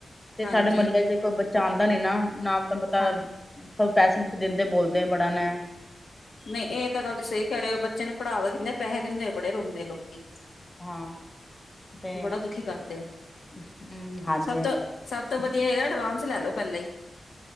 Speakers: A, on the left (about 15°); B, on the left (about 80°).
A: ਤੇ
B: ਹਾਂਜੀ
A: ਸਾਡੇ ਮੁਹੱਲੇ ਚ ਕੋਈ ਬ- ਜਾਣਦਾ ਨੀ ਨਾ। ਨਾਮ ਤਾਂ ਪਤਾ-
B: ਹਾਂ
A: ਪ੍ਰੋਫੈਸ਼ਨ ਚ ਦਿੰਦੇ ਬੋਲ- ਕੇ ਬੜਾ ਨੇ-
B: ਨਹੀਂ ਇਹ ਤਾਂ ਗੱਲ ਤੁਸੀ ਸਹੀ ਰਹੇ ਹੋ ਬੱਚੇ ਨੇ ਪੜ੍ਹਾਵਾ ਕਿੰਨੇ ਪੈਸੇ ਦਿੰਦੇ ਬੜੇ ਰੋਂਦੇ ਲੋਕੀ-
A: ਹਾਂ ਤੇ
B: ਬੜਾ ਦੁਖੀ ਕਰਦੇ ਆ
A: ਹਮ, ਹਾਂਜੀੇ।
B: ਸਭ ਤੋਂ ਸਭ ਤੋਂ ਵਧੀਆ ਹੈਗਾ ਐਡਵਾਂਸ ਲੈ ਲਓ ਪਹਿਲਾਂ ਹੀ।